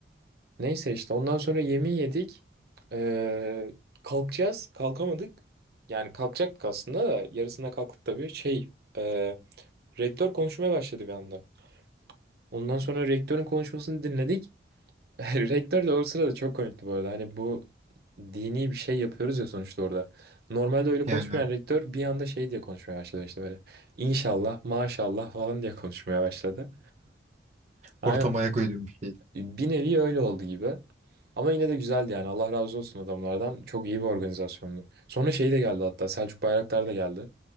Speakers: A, on the right; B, on the right.
A: Neyse işte ondan sonra yemeği yedik. Ee, kalkacağız. Kalkamadık. Yani kalkacaktık aslında da yarısında kalktık tabii. Şey, e, rektör konuşmaya başladı bir anda. Ondan sonra rektörün konuşmasını dinledik. <laughs> Rektör de o sırada çok komikti bu arada. Hani bu dini bir şey yapıyoruz ya sonuçta orada. Normalde öyle
B: Yani
A: konuşmayan
B: evet.
A: rektör bir anda şey diye konuşmaya başladı işte böyle. İnşallah, maşallah falan diye konuşmaya başladı. Aynen.
B: Ortama ayak uydurmuş bir şey.
A: Bir nevi öyle oldu gibi. Ama yine de güzeldi yani. Allah razı olsun adamlardan. Çok iyi bir organizasyondu. Sonra şey de geldi hatta. Selçuk Bayraktar da geldi.